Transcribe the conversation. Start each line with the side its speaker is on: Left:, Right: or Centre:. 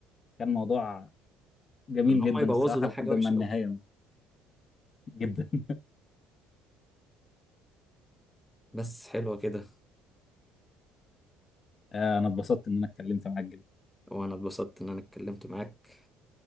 Left: كان موضوع جميل
Centre: ان
Left: جدا
Centre: هم يبوظوا
Left: الصراحة
Centre: ده
Left: لحد
Centre: حاجه وحشه
Left: ما النهاية
Centre: قوي
Left: جدا <laughs>
Centre: بس حلوه كده
Left: آه، أنا اتبسطت إن أنا اتكلمت معاك جدا
Centre: وانا اتبسطت ان انا اتكلمت معاك